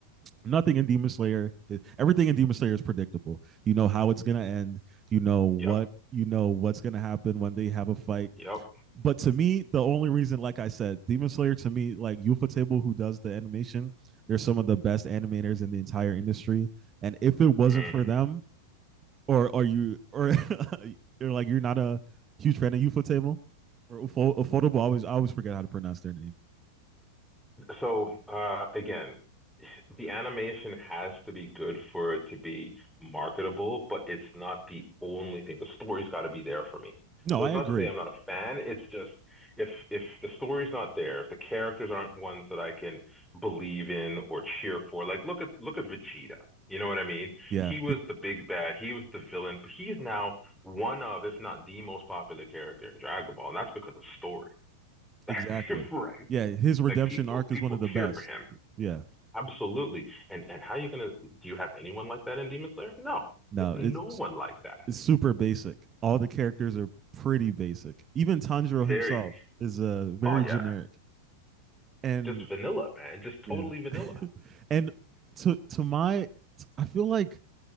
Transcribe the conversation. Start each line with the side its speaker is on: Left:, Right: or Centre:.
Right: nothing in Demon Slayer, eh, everything in Demon Slayer is predictable. You know how it's gonna end. You know what
Centre: Yep.
Right: you know what's gonna happen when they have a fight.
Centre: Yep.
Right: But to me, the only reason, like I said, Demon Slayer to me, like Ufotable, who does the animation, they're some of the best animators in the entire industry. And if it wasn't
Centre: Mm.
Right: for them, or are you, or <laughs> you're like you're not a huge fan of Ufotable, or Affordable, I always I always forget how to pronounce their name.
Centre: So uh, again, the animation has to be good for it to be marketable, but it's not the only thing. The story's got to be there for me.
Right: No,
Centre: So
Right: I
Centre: it's
Right: agree.
Centre: not to say I'm not a fan. It's just if if the story's not there, if the characters aren't ones that I can believe in or cheer for, like look at look at Vegeta. You know what I mean?
Right: Yeah,
Centre: He was the big bad. He was the villain, but he's now one of, if not the most popular character in Dragon Ball, and that's because of story. <laughs>
Right: Exactly.
Centre: right.
Right: Yeah, his redemption
Centre: Like people,
Right: arc
Centre: people
Right: is one of the best.
Centre: cheer for him.
Right: Yeah.
Centre: Absolutely. And and how are you gonna do you have anyone like that in Demon Slayer? No.
Right: No,
Centre: You have no
Right: it's
Centre: one like that.
Right: it's super basic. All the characters are pretty basic. Even Tanjiro
Centre: Very.
Right: himself is uh, very
Centre: Oh yeah.
Right: generic. And
Centre: Just vanilla, man. Just
Right: yeah.
Centre: totally vanilla.
Right: <laughs> and to to my I feel like